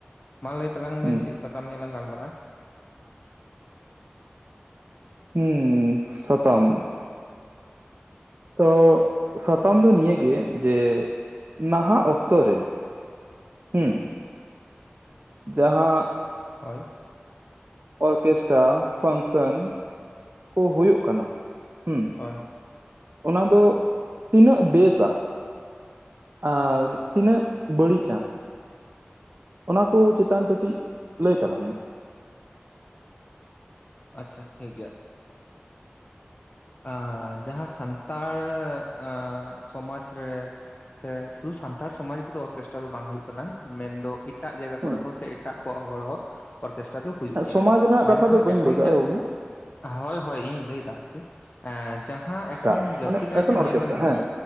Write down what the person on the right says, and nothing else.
ᱦᱩᱸ
ᱦᱩᱸ ᱥᱟᱛᱟᱢ ᱾ ᱛᱚ ᱥᱟᱛᱟᱢ ᱫᱚ ᱱᱤᱭᱟᱹᱜᱮ ᱡᱮ ᱱᱟᱦᱟᱜ ᱚᱠᱛᱚ ᱨᱮ ᱦᱩᱸ ᱡᱟᱸᱦᱟ
ᱚᱨᱠᱮᱥᱴᱨᱟ ᱯᱷᱟᱝᱥᱮᱱ ᱠᱚ ᱦᱩᱭᱩᱜ ᱠᱟᱱᱟ ᱦᱩᱸ
ᱚᱱᱟ ᱫᱚ ᱛᱤᱱᱟᱹᱜ ᱵᱮᱥᱟ ᱟᱨ ᱛᱤᱱᱟᱹᱜ ᱵᱟᱹᱲᱤᱡᱼᱟ ᱾ ᱚᱱᱟ ᱠᱚ ᱪᱮᱛᱟᱱ ᱠᱟᱹᱴᱤᱡ
ᱞᱟᱹᱭ ᱛᱟᱞᱟᱝ ᱢᱮ?
ᱦᱮᱸ
ᱥᱚᱢᱟᱡᱽ ᱨᱮᱱᱟᱜ
ᱠᱟᱛᱷᱟ ᱫᱚ ᱵᱟᱹᱧ
ᱞᱟᱹᱭ ᱠᱟᱜᱼᱟ
ᱵᱟᱹᱵᱩ
ᱚᱨᱠᱮᱥᱴᱨᱟ
ᱢᱟᱱᱮ
ᱮᱠᱮᱱ
ᱚᱨᱠᱮᱥᱴᱨᱟ
ᱦᱮᱸ